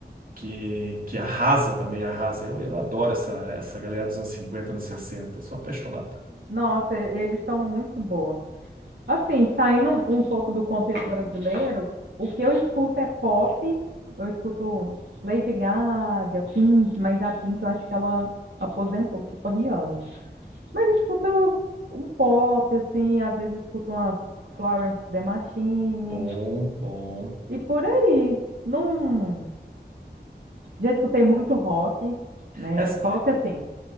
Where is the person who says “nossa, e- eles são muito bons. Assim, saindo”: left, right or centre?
Right